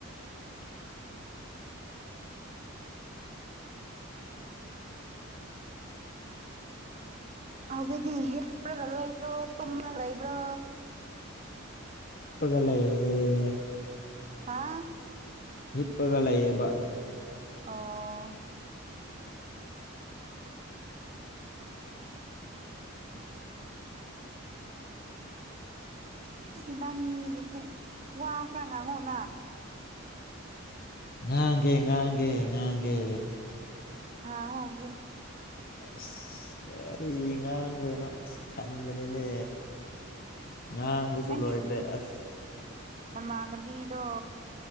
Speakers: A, on the right; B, on the left.
A: ꯍꯧꯖꯤꯛꯗꯤ ꯍꯤꯄ꯭ꯔꯒ ꯂꯩꯕ꯭ꯔꯣ ꯇꯨꯝꯔꯒ ꯂꯩꯕ꯭ꯔꯣ
B: ꯍꯤꯞꯄꯥꯒ ꯂꯩꯌꯦ
A: ꯍꯥꯥ
B: ꯍꯤꯞꯄꯒ ꯂꯩꯌꯦꯕ
A: ꯑꯣ <inaudible> ꯁꯤ ꯏꯕꯅꯤꯒꯤꯁꯦ ꯑꯁ ꯋꯥꯈ꯭ꯔ ꯉꯥꯡꯉꯣꯅ
B: ꯉꯥꯡꯒꯦ ꯉꯥꯡꯒꯦ ꯉꯥꯡꯒꯦ
A: ꯉꯥꯡꯉꯣ ꯍꯧꯖꯤꯛ
B: ꯑꯁ ꯀꯔꯤ ꯉꯥꯡꯗꯣꯏꯅꯣ ꯑꯁ ꯈꯟꯕꯅꯤꯅꯦ ꯉꯥꯡꯕꯁꯨ
A: ꯅꯪꯒꯤ
B: ꯂꯣꯏꯈ꯭ꯔꯦ ꯑꯁ
A: ꯅꯃꯥꯟꯅꯕꯤꯗꯣ